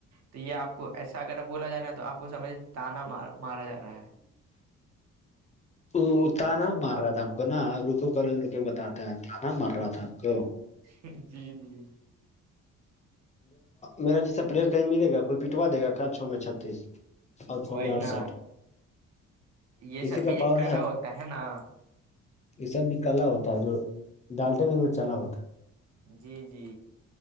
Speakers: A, on the right (about 60°); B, on the left (about 25°).
A: تو یہ آپ کو ایسا اگر بولا جا رہا ہے تو آپ کو سمجھ تانا مارا جا رہا ہے
B: وہ تانا مر رہا تھا ہم کو نا رکو کل اے لوگ کو بتاتے ہیں تانا مر رہا تھا ہم کو
A: جی جی
B: میرا جسے پلیئر کہیں ملے گا کوئی پٹوا دے گا کیا چھ میں چھتیس اور چھ
A: وہی
B: میں اڑسٹھ
A: نا یہ
B: کسی
A: سب
B: کا
A: بھی ایک
B: پاور
A: کلا ہوتا ہے نا
B: یہ سب بھی کلا ہوتا ہے جو ڈالتے ہو میں چلا ہوتا ہے
A: جی جی